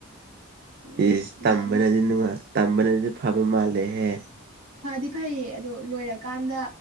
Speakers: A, on the right (about 80°); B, on the right (about 45°).
A: ꯎꯝ
B: ꯏꯁ ꯇꯝꯕꯅꯗꯤ
A: ꯂꯥꯏꯔꯤꯛ
B: ꯅꯨꯡꯉꯥꯏ ꯇꯝꯕꯅꯗꯤ ꯐꯕ ꯃꯥꯜꯂꯦꯍꯦ꯫
A: ꯐꯗꯤ ꯐꯩꯌꯦ ꯑꯗꯣ ꯂꯣꯏꯔꯀꯥꯟꯗ